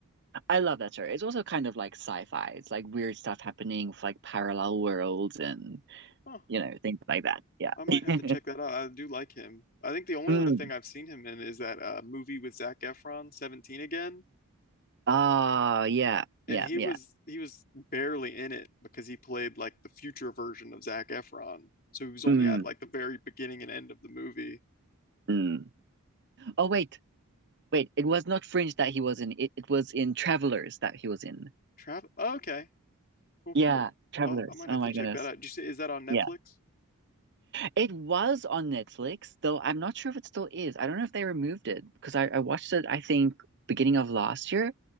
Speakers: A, on the right; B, on the left.
A: I love that show. It's also kind of like sci-fi. It's like weird stuff happening with like parallel worlds and
B: Huh.
A: you know things like that. Yeah.
B: I might
A: <laughs>
B: have to check that out. I do like him. I think the only
A: Mm.
B: other thing I've seen him in is that uh movie with Zac Efron, 17 again.
A: Ah, yeah,
B: and
A: yeah,
B: he
A: yeah.
B: was he was barely in it because he played like the future version of Zac Efron. So he was only
A: Mm,
B: at like the very beginning and end of the movie.
A: mm. Oh wait, wait. It was not Fringe that he was in. It, it was in Travelers that he was in.
B: Trav oh, okay. Well, cool.
A: Yeah, Travelers.
B: Well, I might
A: Oh
B: have
A: my
B: to check
A: goodness.
B: that out. Did you say is that on Netflix?
A: Yeah. It was on Netflix, though I'm not sure if it still is. I don't know if they removed it because I, I watched it, I think, beginning of last year.